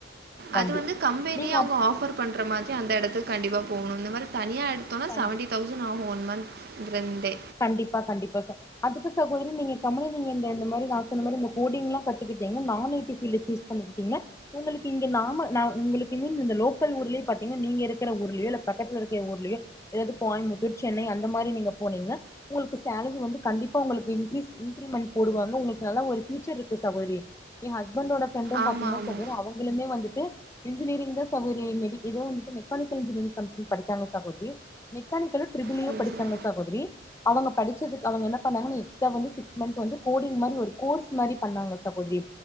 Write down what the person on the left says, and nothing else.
கண்டி
நீங்க
அது
கண்டி
கண்டிப்பா கண்டிப்பா ச அதுக்கு சகோதரி நீங்க கம்முனு நீங்க இந்த இந்த மாரி நா சொன்ன மாரி இந்த கோடிங்கெல்லா கத்துக்கிட்டீங்கனா நானூத்தி சில்லி சூஸ் பண்ணிக்கிட்டீங்க உங்களுக்கு இங்க நாம நா உங்களுக்கு இன்னு இந்த லோக்கல் ஊர்லயே பாத்தீனா நீங்க இருக்கிற ஊர்லயோ இல்ல பக்கத்துல இருக்கிற ஊர்லயோ எதாவது கோயம்புத்தூர், சென்னை அந்த மாரி நீங்க போனீங்கனா உங்களுக்கு சேலரி வந்து கண்டிப்பா உங்களுக்கு இன்கிரீஸ் இன்கிரிமெண்ட் போடுவாங்க உங்களுக்கு நல்ல ஒரு ஃபூயூச்சர் இருக்கு சகோதரி என் ஹஸ்பண்டோட ஃப்ரெண்டு
பாத்தீங்கன்னா
சகோதரி அவுங்களுமே வந்துட்டு இன்ஜினியரிங்தா சகோதரி மெடி எதோ வந்துட்டு மெக்கானிக்கல் இன்ஜினியரிங் சம்திங் படிச்சாங்க சகோதரி மெக்கானிக்கலு ட்ரிள்
ஈயு படிச்சாங்க
சகோதரி அவுங்க படிச்சதுக்கு அவுங்க என்ன பண்ணாங்கனா எக்ஸ்ட்ரா வந்து சிக்ஸ் மந்த் வந்து கோடிங் மாரி ஒரு கோர்ஸ் மாரி பண்ணாங்க சகோதரி